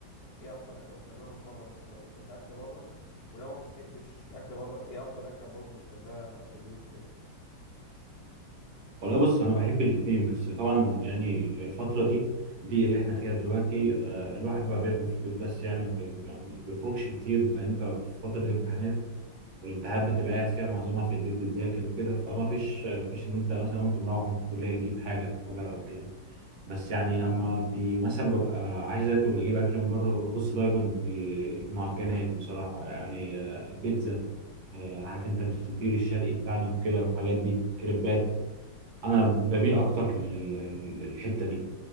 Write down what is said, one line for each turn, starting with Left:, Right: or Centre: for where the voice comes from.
Left: ايه اكتر اكله بتحبها من بره مثلا لو بتحب اكل بره ولو ما بتحبش اكل بره ايه اكتر اكله برضو بتحبها في البيت وكده
Right: والله بص أنا بحب الاتنين بس طبعا يعني الفترة دي دي اللي احنا فيها دلوقتي آه، الواحد بقى بياكل في البيت بس يعني ما بي- ما بيخرجش كتير لأن انت في فترة الامتحانات والامتحانات بتبقى قاعد فيها معظمها في البيت بتذاكر وكده فما فيش ما فيش ان انت مثلا وانت مروح من الكليه تجيب حاجه تاكلها او كده بس يعني لما بي مثلا ببقى عايز اكل اجيب اكل من بره ببص دايما للمعجنات بصراحه يعني آه، بيتزا آه، عارف انت الفطير الشرقي بتاعنا وكده الحاجات دي كريبات انا بميل اكتر لل- لل- للحته دي